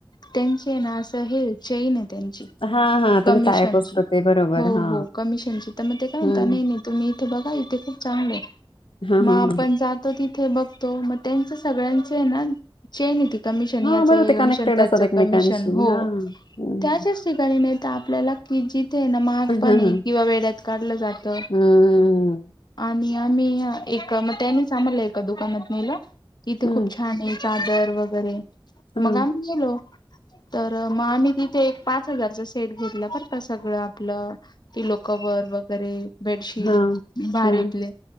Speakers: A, on the left (about 55°); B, on the left (about 80°).
A: त्यांचे आहे ना असं हेच. चैन आहे त्यांची
B: हा हा हा हा
A: कमिशनची
B: त्याचा टायप असतं ते बरोबर
A: हो
B: हा
A: हो कमिशनची मग ते का होता
B: हम्म
A: नाही का तुम्ही ते बघा इथे खूप चांगले आहे
B: हा
A: मग
B: हा
A: आपण
B: हा
A: जातो तिथ. बघतो मग त्यांच सगळ्यांचे ना चैन आहे ती. कमिशन
B: हा
A: याचं
B: बरोबर ते कनेक्टेड
A: कमिशन त्याच
B: असतात एकमेकांशी
A: कमिशन हो.
B: हा हम्म
A: त्याच्याच ठिकाणी नाही तर आपल्याला की जी ते ना महाग
B: हा
A: पण
B: हा
A: आहे
B: हा.
A: किंवा वेड्यात काढलं जात
B: हम्म
A: आणि आम्ही एक मग त्यानीच मग आम्हाला एका दुकानात नेलं तिथे
B: हम्म
A: खूप छान आहे चादर वगैरे
B: हा
A: मग आम्ही गेलो तर मग आम्ही तिथे एक पाच हजारचा सेट घेतला ब का सगळं आपलं पीलो कवर वगैरे बेडशीट
B: हा
A: भारीतले
B: हा